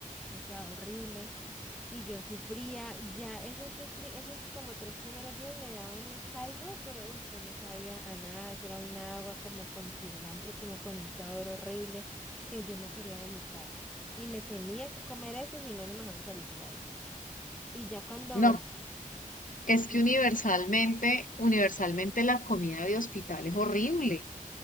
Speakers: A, in the centre; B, on the left.
A: o sea, horrible, y yo sufría. Ya esos dos, pri- esos como tres primeros días me daban un caldo, pero uf, eso no sabía a nada, eso era un agua como con cilantro, como con un sabor horrible, que yo me quería vomitar. Y me tenía que comer eso, si no, no me dejaban salir de ahí. Y ya cuando...
B: No, Es
A: Mm.
B: que universalmente, universalmente la comida de hospital es horrible.